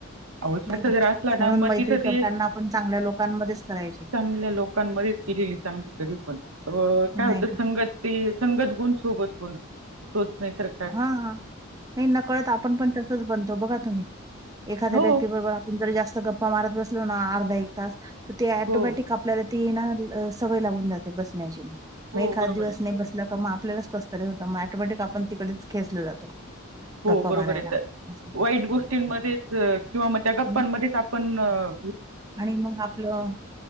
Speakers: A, on the right; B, on the right.
A: अहो, स्वार्थ
B: नाहीं कां
A: जर असला
B: म्हणूंन
A: ना मग
B: मैत्री
A: तिथं
B: करतांना
A: ते
B: आपणं चांगल्यां लोकांमध्येंच करायची
A: चांगल्या लोकांमध्ये केलेली चांगली तरी पणं अं
B: नाही
A: कायं होतं
B: का?
A: संगत ते संगत सोबत ब -तोचं नाहीं तरं
B: हां हां नाहीं नकळंत आपणं पणं तसंच बनतो बघां तुम्हीं एखाद्यां
A: हो
B: व्यक्ती बरोबर जास्तं गप्पां मारतं बसलो नां अर्धा एक तांस तरं ते
A: हो
B: टोमॅटिक आपणं आपल्यांला ती ना सवंय लागूंन जाते बसण्यांची मंग
A: हो
B: एखादं
A: बरोबर
B: दिवसं
A: आहे
B: नाहीं बसल्या कां मंग आपल्यांला कसं होतं मंग टोमॅटिक आपणं तिकडेचं खेचलं जातो.
A: हो
B: गप्पा
A: बरोबर
B: मारायला
A: आहे तरं
B: असं.
A: वाईट गोष्टींमध्येंच किंवा मंग त्यां गप्पांमध्येचं
B: हं.
A: पणं अं
B: आणि मंग आपलं